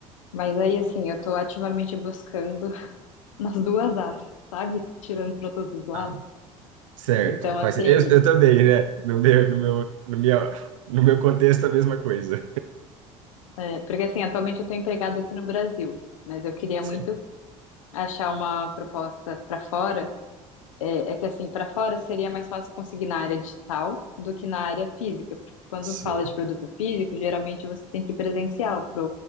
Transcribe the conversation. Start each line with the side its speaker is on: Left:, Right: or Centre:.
Left: mas aí assim, eu tô ativamente buscando <laughs> nas duas áreas, sabe? Tirando para todos os lados.
Right: Tá. Certo.
Left: Então,
Right: Faz,
Left: assim,
Right: eu, eu também, né? No meu, no meu, no minha, no meu contexto, a mesma coisa.
Left: é, é, porque assim, atualmente eu tô empregada aqui no Brasil, mas eu queria
Right: Sim.
Left: muito achar uma proposta para fora É, é que assim, para fora seria mais fácil conseguir na área digital do que na área física, porque quando
Right: Sim.
Left: fala de produto físico, geralmente você tem que ir presencial para